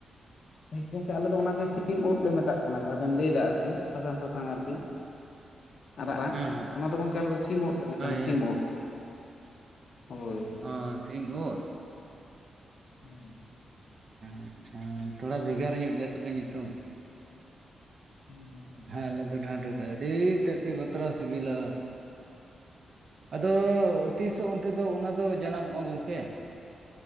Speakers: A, on the left; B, on the right.
A: ᱦᱮᱸ ᱜᱚᱝᱠᱮ ᱟᱞᱮ ᱫᱚ ᱚᱱᱟᱜᱮ ᱥᱤᱢ ᱩᱫ ᱞᱮ ᱢᱮᱛᱟᱜᱼᱟ ᱠᱟᱱᱟ ᱠᱟᱱᱟ ᱡᱟᱦᱟᱸ ᱵᱮᱱ ᱞᱟᱹᱭᱫᱟ ᱟᱨᱠᱤ ᱥᱟᱥᱟᱝ ᱥᱟᱥᱟᱝ ᱟᱨᱠᱤ ᱟᱨᱟᱜ ᱟᱜ
B: ᱦᱮᱸ ᱦᱮᱸ
A: ᱚᱱᱟ ᱫᱚ ᱜᱚᱝᱠᱮ ᱟᱞᱮ ᱫᱚ ᱥᱤᱢ ᱩᱫ ᱞᱮ ᱢᱮᱛᱟᱜ
B: ᱦᱳᱭ
A: ᱠᱟᱱᱟ ᱥᱤᱢ
B: ᱦᱳᱭ
A: ᱩᱫ ᱦᱳᱭ
B: ᱚ ᱥᱤᱢ ᱩᱫ
A: ᱦᱮᱸ
B: ᱟᱪᱪᱷᱟ ᱛᱷᱚᱲᱟ ᱵᱷᱮᱜᱟᱨ ᱧᱚᱜ ᱜᱮᱭᱟ ᱛᱚᱵᱮ ᱧᱩᱛᱩᱢ
A: ᱦᱩᱸ ᱦᱩᱸ
B: ᱦᱮᱸ ᱟᱞᱮ ᱫᱚ ᱴᱟᱱᱴ ᱟᱹᱰᱤ ᱛᱮᱫ ᱜᱤ ᱵᱟᱛᱨᱟ ᱥᱤᱵᱤᱞᱟ ᱟᱫᱚ ᱛᱤᱥᱚᱜ ᱚᱱᱛᱮ ᱫᱚ ᱚᱱᱟ ᱫᱚ ᱡᱟᱱᱟᱢᱚᱜᱼᱟ ᱜᱚᱝᱠᱮ